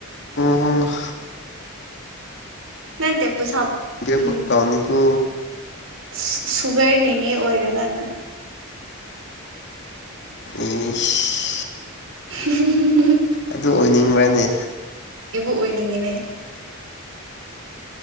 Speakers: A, on the left; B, on the right.
A: ꯎꯪꯍ
B: ꯅꯠꯇꯦ ꯄꯩꯁꯥꯞ
A: ꯄꯤꯔꯛꯄ
B: ꯎ
A: ꯀꯥꯎꯅꯤꯀꯣ
B: ꯁꯨ ꯁꯨꯒꯔꯅꯤꯅꯦ ꯑꯣꯏꯔꯒꯥꯟꯗ
A: ꯢꯁ
B: <unintelligible>
A: ꯑꯗꯨ ꯑꯣꯏꯅꯤꯡꯕ꯭ꯔꯅꯦ
B: ꯑꯣꯏꯅꯤꯡꯉꯦꯅꯦ